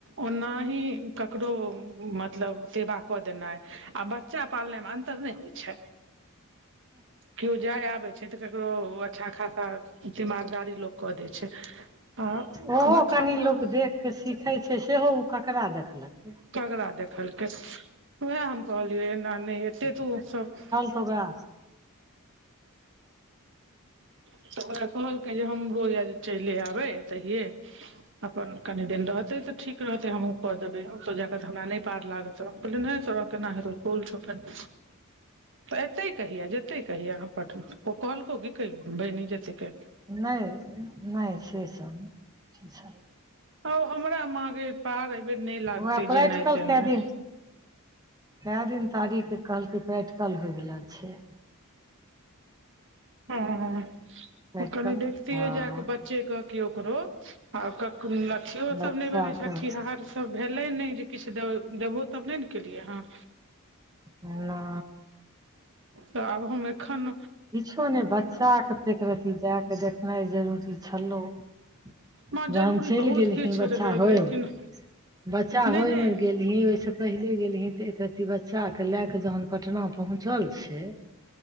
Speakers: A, on the right; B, on the right.
A: ओना ही ककरो मतलब सेवा कऽ देना आ बच्चा पालयनामे अन्तर नहि होइ छै केओ जाय आबै छै तऽ ककरो अच्छा खासा दीमागदारी लोक कऽ दै छै आ
B: ओहो
A: बच्चा
B: कनि
A: पोल्स
B: लोक देख के सीखै छै, सेहो ओ केकरा देखलकय।
A: ककड़ा देखलकै उएह हम कहलियै एना नहि एते तू सब
B: त ओकरा
A: तऽ ओकरा कहलकै जे हमरोज चलि आबै एतहिये। अपन कनि दिन रहते तऽ ठीक रहते हमहूँ कऽ देबै ओत जाक तऽ हमरा नहि पार लागत नहि तोरा कना हेतो स्कूल छो फेर तऽ एते कहिया जेते कहिया पटना ओ कहलको की कहिय बनी जेते केयला
B: नहि नहि से सब
A: ओ हमरा माँ गे पार एहिबेर नहि लागते
B: उएह प्रैक्टिकल
A: जेनाइ तेनाइ
B: कए दिन कए दिन तारीख कहलकै प्रैक्टिकल होयवला छै।
A: हँ-हह
B: प्रैक्टिकल
A: कनि देखतियै
B: हँ
A: जाकऽ बच्चे के कि ओकरो आ कखनो नथीयो सेहो सब
B: बच्चाके
A: नहि बनै छै छठिहार तऽभैले नैइ किछ दैबे देबहो तब नै न केलिये हन
B: नहि
A: तऽ आब हम ऐखन
B: किछो ने बच्चा के ऐक रति जाय के देखनाइ जरूरी छलो जहन
A: माँ जरूरी
B: चलि
A: बहुत
B: गेलखिन
A: किछु
B: बच्चा
A: रहै
B: होय
A: लेकिन
B: बच्चा
A: नहि
B: होयमे
A: नहि
B: गेल गेलही ओहिस पहिले गेलही तऽ एक रती बच्चा के ले के जहन पटना पहुंचल छै